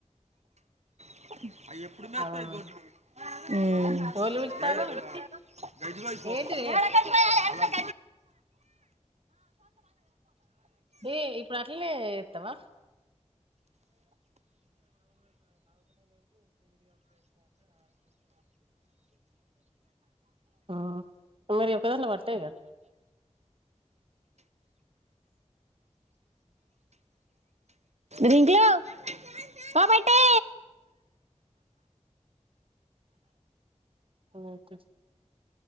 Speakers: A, on the right; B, on the right.
A: హుమ్
B: అవునా ఎవల్ని పిలుత్తాన్నావ్ విక్కీ ఏంటిదే ఏ ఇప్పుడు అట్లనే ఎత్తవా ఆ మరీ ఒక్కదంట్లో పట్టయిగా
A: రింకులు పో బయటి
B: మేమైతే